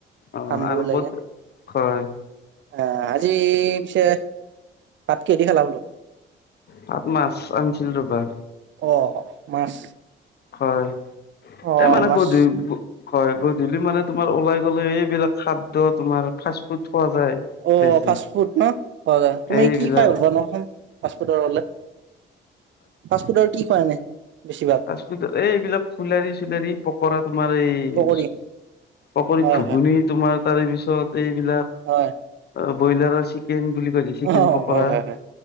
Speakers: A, on the left; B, on the right.
A: অ
B: কামবোৰ
A: আৰু
B: ওলাই
A: ক'ত
B: যায়
A: ঘৰ?
B: আহ আজি পিছে ভাত কিহেদি খালা বোলো?
A: সাত মাছ আনিছিল ৰবা।
B: অ মাছ।
A: হয়।
B: অ
A: এ মানে
B: মাছ
A: গধূলি হয় গধূলি মানে তোমাৰ ওলাই গ'লে এইবিলাক খাদ্য তোমাৰ ফাষ্ট ফুড খোৱা যায়।
B: অ
A: বেছি
B: ফাষ্ট-ফুড ন খোৱা যায়। তুমি
A: এইবিলাক
B: কি খাই ভাল পোৱা ন চোন ফাষ্ট-ফুডৰলে। ফাষ্ট-ফুডৰ কি খোৱা এনে? বেছিভাগ?
A: ফাষ্টফুডকৰ। এই এইবিলাক ফুলাৰী-চুলাৰী, পকৰা তোমাৰ এই
B: পকৰী
A: পকৰি,
B: হয়,
A: ঘুগুন
B: হয়,
A: তোমাৰ তাৰে পিছত এইবিলাক
B: হয়,
A: ব্ৰইলাৰৰ চিকেন বুলি কৈছে। চিকেন
B: অ',
A: পকৰা
B: হয়, হয়, হয়।